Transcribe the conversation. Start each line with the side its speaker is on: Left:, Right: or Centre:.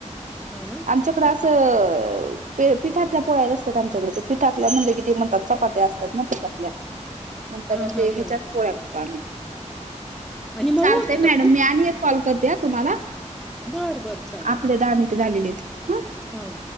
Centre: हा ना
Right: आमच्याकडं असं- ते पीठातल्या पोळ्या नसत्यात आमच्याकडं ते पीठातल्या म्हणलं की ते म्हणतात चपात्या असतात ना पिठातल्या. म्हणताना
Centre: हा
Right: ते
Centre: हा
Right: ह्याच्यात
Centre: हा
Right: पोळ्या करतो आम्ही.
Centre: आणि मऊ
Right: चालतंय
Centre: होते
Right: मॅडम
Centre: का खुप?
Right: मी आणि एक कॉल करते हां तुम्हाला.
Centre: बर बर चालेल
Right: आपले दहा मिनिटं झालेले आहेत. ओके.
Centre: हं